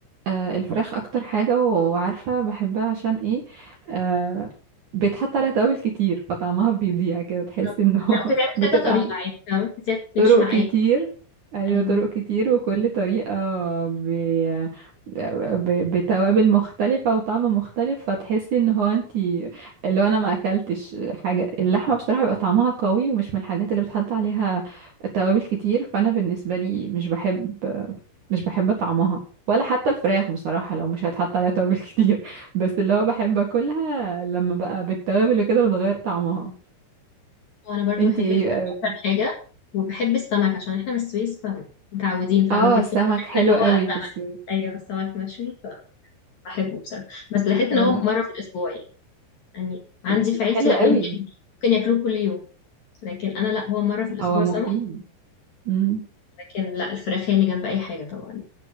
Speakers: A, on the right; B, on the left.
A: أه الفراخ أكتر حاجة و- وعارفة بحبها عشان إيه أه بيتحط عليها توابل كتير فطعمها بيضيع كده تحسي
B: طب-
A: إنه
B: لا بتتعمل
A: <laughs> بتبقى
B: كذا طريقة يعني تمام بتت- بتمشي
A: طرق
B: مع
A: كتير
B: ايه
A: ايوه
B: ايوه
A: طرق كتير وكل طريقة ب... ب... بتوابل مختلفة وطعم مختلف فتحسي ان هو انتي اللي هو انا ما اكلتش حاجة اللحمة بصراحة بيبقى طعمها قوي ومش من الحاجات اللي بتحط عليها توابل كتير فانا بالنسبة لي مش بحب مش بحب طعمها ولا حتى الفراخ بصراحة لو مش هيتحط عليها توابل <laughs> كتير بس اللي هو بحب اكلها لما بقى بالتوابل وكده بتغير طعمها
B: وانا برضو
A: انتي
B: بحب
A: ايه
B: الفراخ اكتر حاجة وبحب السمك عشان احنا من السويس فمتعودين فاهمة
A: اه
B: دي بصراحة
A: السمك
B: احنا
A: حلو
B: اللي هو
A: قوي
B: سمك
A: في السوق
B: ايوه السمك مشوي فبحبه بصراحة بس بحس
A: طب
B: ان هو مرة
A: ده
B: في الاسبوع يعني يعني عندي
A: بس
B: في
A: ده
B: عيلتي
A: حلو
B: لا
A: قوي
B: ممكن ممكن ياكلوه كل يوم لكن انا لا هو مرة في الاسبوع
A: هو مفيد
B: سمك
A: امم
B: لكن لا الفراخ هي اللي جنب اي حاجة طبعا